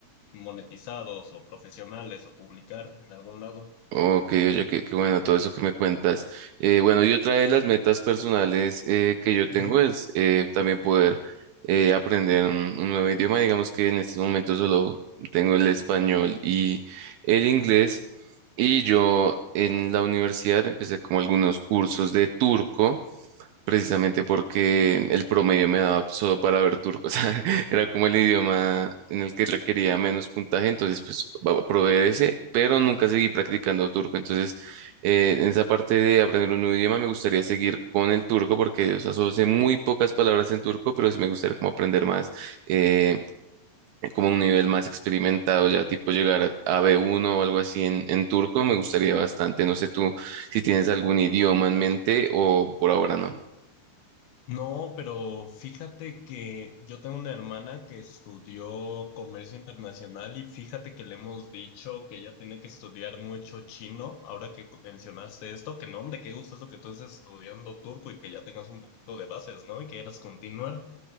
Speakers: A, on the left; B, on the right.
A: monetizados o profesionales o publicar en algún lado.
B: Ok, oye, qué, qué bueno todo eso que me cuentas. Eh, bueno, y otra de las metas personales eh, que yo tengo
A: Ujú.
B: es eh, también poder eh, aprender un, un nuevo idioma. Digamos que en este momento solo tengo el español y el inglés. Y yo en la universidad empecé como algunos cursos de turco precisamente porque el promedio me daba solo para ver turco, <laughs> o sea, era como el idioma en el que requería menos puntaje, entonces pues va- probé ese, pero nunca seguí practicando turco, entonces eh, en esa parte de aprender un nuevo idioma me gustaría seguir con el turco porque, o sea, solo sé muy pocas palabras en turco, pero sí me gustaría como aprender más, eh, como un nivel más experimentado, ya tipo llegar a, a b uno o algo así en, en turco, me gustaría bastante, no sé tú si tienes algún idioma en mente o por ahora no.
A: No, pero fíjate que yo tengo una hermana que estudió comercio internacional y fíjate que le hemos dicho que ella tiene que estudiar mucho chino. Ahora que co- mencionaste esto, que no, hombre, qué gusto eso que tú estés estudiando turco y que ya tengas un poquito de bases, ¿no? Y que quieras continuar.